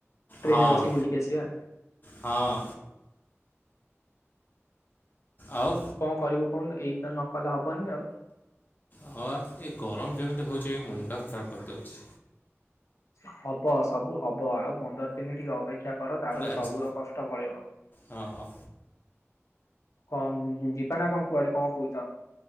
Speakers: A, on the left; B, on the left.
A: ଟ୍ରେନରେ
B: ହଁ
A: ବସିକି ବୁଲିକି ଆସିବା।
B: ହଁ ଆଉ।
A: କଣ କରିବୁ କହୁନୁ ଏଇ ତ ନକଲେ ହବନି ଆଉ?
B: ହଁ ପା ଏ ଗରମ ଯେମିତି ହଉଛି ଏ ମୁଣ୍ଡ ଖରାପ କରିଦଉଛି।
A: ହବ ସବୁ ହବ ଆଉ ପନ୍ଦର ଦିନ ଟିକେ ଅପେ କ୍ଷା କର ତାପରେ
B: ଆଜି
A: ସବୁର କଷ୍ଟ ପଳେଇବ।
B: ହଁ ହଁ
A: କଣ ଯିବା ନା କଣ କୁଆଡେ କଣ କହୁଛ?